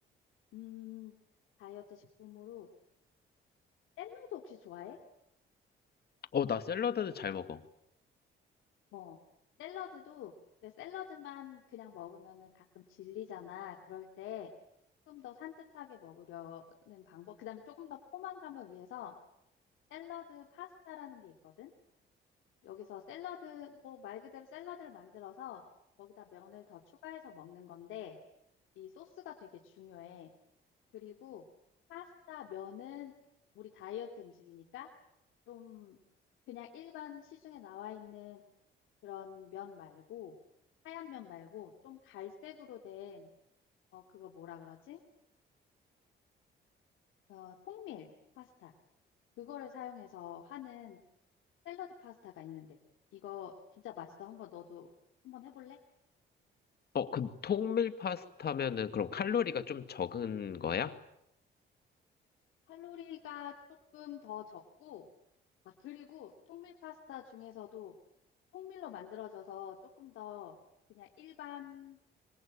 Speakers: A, on the left; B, on the left.
A: 음, 다이어트 식품으로 샐러드 혹시 좋아해?
B: 어, 나 샐러드는 잘 먹어.
A: 어, 샐러드도 근데 샐러드만 그냥 먹으면은 가끔 질리잖아. 그럴 때 조금 더 산뜻하게 먹으려는 방법. 그다음에 조금 더 포만감을 위해서 샐러드 파스타라는 게 있거든. 여기서 샐러드, 뭐 말 그대로 샐러드를 만들어서 거기다 면을 더 추가해서 먹는 건데 이 소스가 되게 중요해. 그리고 파스타 면은 우리 다이어트 음식이니까 좀 그냥 일반 시중에 나와 있는 그런 면 말고 하얀 면 말고 좀 갈색으로 된 어 그거 뭐라 그러지? 어, 통밀 파스타. 그거를 사용해서 하는 샐러드 파스타가 있는데, 이거 진짜 맛있어. 한번 너도 한번 해볼래?
B: 어, 그 통밀 파스타면은 그럼 칼로리가 좀 적은 거야?
A: 칼로리가 조금 더 적고, 아, 그리고 통밀 파스타 중에서도 통밀로 만들어져서 조금 더 그냥 일반